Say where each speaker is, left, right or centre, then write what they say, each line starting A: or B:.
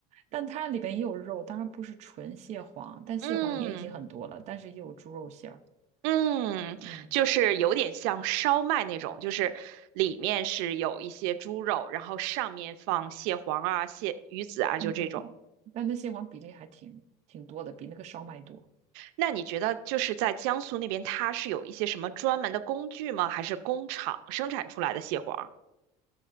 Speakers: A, on the right; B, on the right.
A: 但它里边也有肉，当然不是纯蟹黄，但蟹黄也已经很多了，
B: 嗯。
A: 但是也有猪肉馅儿。
B: 嗯，
A: 嗯
B: 就是有点像烧麦那种，就是里面是有一些猪肉，然后上面放蟹黄啊、蟹鱼子啊，
A: 嗯，
B: 就这种。
A: 但那蟹黄比例还挺挺多的，比那个烧麦多。
B: 那你觉得就是在江苏那边，它是有一些什么专门的工具吗？还是工厂生产出来的蟹黄？